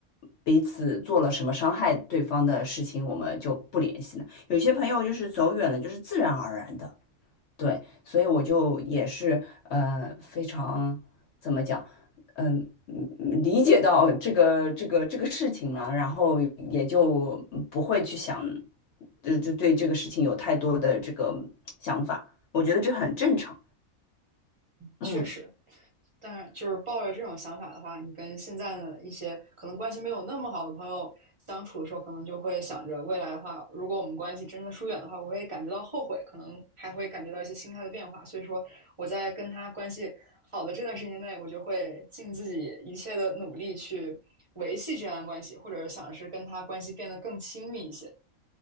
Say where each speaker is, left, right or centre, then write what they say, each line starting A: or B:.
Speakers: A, on the left; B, on the right.
A: 彼此做了什么伤害对方的事情，我们就不联系了。有些朋友就是走远了，就是自然而然的。对，所以我就也是呃非常怎么讲，嗯、嗯嗯理解到这个这个这个事情嘛，然后也就不会去想，就就对这个事情有太多的这个想法，我觉得这很正常。嗯，
B: 确实。当然，就是抱着这种想法的话，你跟现在的一些可能关系没有那么好的朋友相处的时候，可能就会想着未来的话，如果我们关系真的疏远的话，我会感觉到后悔，可能还会感觉到一些心态的变化。所以说，我在跟他关系好的这段时间内，我就会尽自己一切的努力去维系这样的关系，或者想是跟他关系变得更亲密一些。